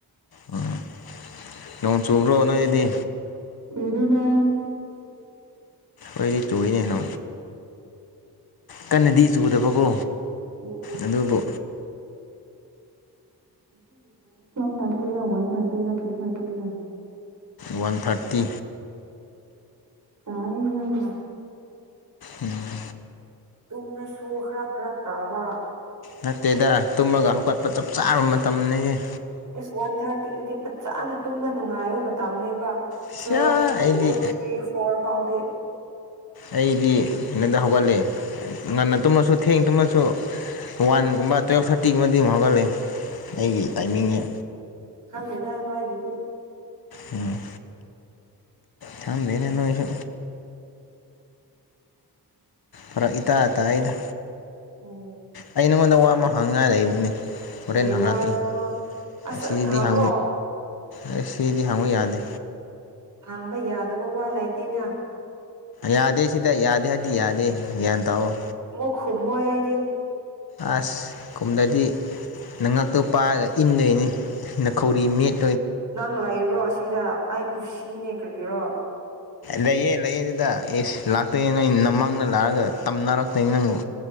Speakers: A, on the left; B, on the right.
A: ꯎꯝ ꯅꯣꯡ ꯆꯨꯕ꯭ꯔꯣ ꯅꯣꯏꯒꯤꯗꯤ
B: ꯀꯗꯒ
A: ꯑꯩꯣꯏꯗꯤ ꯆꯨꯏꯅꯦꯅꯣ ꯀꯟꯅꯗꯤ ꯆꯨꯗꯕꯀꯣ
B: ꯎꯝ
A: ꯑꯗꯨꯕꯨ
B: thirty one thirty two thirty
A: one thirty
B: ꯇꯥꯏꯌꯦ ꯌꯥꯝꯅ
A: ꯎꯝ
B: ꯇꯨꯝꯅꯁꯨ ꯈꯔ ꯐꯔꯛ ꯇꯥꯕ
A: ꯅꯠꯇꯦꯗ ꯇꯨꯝꯃꯒ ꯍꯧꯀꯠꯄ ꯆꯞ ꯆꯥꯕ ꯃꯇꯝꯅꯦ
B: ꯑꯦꯁ ꯋꯥꯟ ꯊꯥꯔꯇꯤꯗꯗꯤ ꯐꯖꯅ ꯇꯨꯝꯕ ꯅꯨꯡꯉꯥꯏꯕ ꯃꯇꯝꯅꯦꯕ
A: ꯁꯤꯌꯥ
B: ꯇ꯭ꯋꯦꯜ
A: ꯑꯩꯗꯤ
B: ꯇꯨ ꯊ꯭ꯔꯤ ꯐꯣꯔ ꯐꯥꯎꯗꯤ
A: ꯑꯩꯗꯤ ꯀꯩꯅꯣꯗ ꯍꯧꯒꯠꯂꯦ ꯉꯟꯅ ꯇꯨꯝꯃꯁꯨ ꯊꯦꯡ ꯇꯨꯝꯃꯁꯨ ꯋꯥꯟꯒꯨꯝꯕ ꯇꯨꯌꯦꯜꯞ ꯊꯥꯔꯇꯤꯒꯨꯝꯕꯗꯤ ꯑꯃꯝꯛ ꯍꯧꯒꯠꯂ ꯑꯩꯒꯤ ꯇꯥꯏꯃꯤꯡꯁ
B: ꯈꯪꯗꯦꯗ ꯅꯣꯏꯒꯤꯗꯤ꯫
A: ꯎꯝ ꯊꯝꯗꯦꯅꯦ ꯅꯣꯢꯁꯨ꯫ ꯐꯔꯛ ꯏꯇꯥ ꯇꯥꯌꯦꯗ
B: ꯎꯝ
A: ꯑꯩ ꯅꯉꯣꯟꯗ ꯋꯥ ꯑꯃ ꯍꯥꯡꯉꯥꯏ ꯂꯩꯕꯅꯦ꯫ ꯍꯣꯔꯦꯟ
B: ꯀꯔꯤ
A: ꯍꯥꯡꯉꯛꯀꯦ
B: ꯋꯥꯔꯣꯀꯣ ꯑꯁ
A: ꯑꯁꯤꯗꯤ
B: ꯍꯪꯉꯣ
A: ꯍ ꯑꯩ ꯁꯤꯗꯤ ꯍꯪꯕ ꯌꯥꯗꯦ
B: ꯍꯥꯡꯕ ꯌꯥꯗꯕ ꯋꯥ ꯂꯩꯇꯦꯅ
A: ꯌꯥꯗꯦ ꯁꯤꯗ ꯌꯥꯗꯦ ꯍꯥꯏꯗꯤ ꯌꯥꯗꯦ ꯒ꯭ꯌꯥꯟ ꯇꯥꯑꯣ
B: ꯋꯣ ꯈꯨꯃꯣꯏ ꯑꯥꯏꯗꯤ꯫
A: ꯑꯥꯁ ꯀꯨꯝꯗꯗꯤ꯫ ꯅꯪꯉꯛꯇꯣ ꯄꯥꯏꯔꯒ ꯏꯟꯗꯣꯏꯅꯤ ꯅꯈꯧꯔꯤ ꯃꯦꯠ
B: ꯅꯪ ꯂꯩꯕ꯭ꯔꯣ ꯑꯁꯤꯗ ꯑꯩ ꯀꯨꯁꯤꯅꯦ ꯀꯔꯤꯔꯣ꯫
A: ꯂꯩꯌꯦ ꯂꯩꯌꯦ ꯑꯗꯨꯗ ꯑꯦꯁ ꯂꯥꯛꯇꯣꯏꯅꯦ ꯅꯣꯏ ꯅꯃꯪꯗ ꯂꯥꯛꯑꯒ ꯇꯝꯅꯔꯛꯇꯣꯏꯅꯤ ꯅꯪꯕꯨ